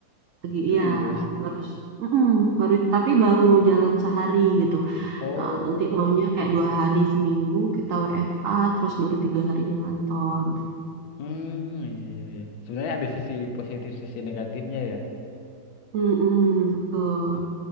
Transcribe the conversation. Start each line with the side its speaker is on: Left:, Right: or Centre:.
Right: lagi
Left: Serius?
Right: iya baru mm-mm, baru tapi baru jalan sehari gitu.
Left: Oh,
Right: Nah, nanti maunya kayak dua hari seminggu kita WFA terus baru tiga harinya ngantor.
Left: hmm, iya iya iya. Sebenarnya ada sisi positif, sisi negatifnya ya.
Right: mm betul.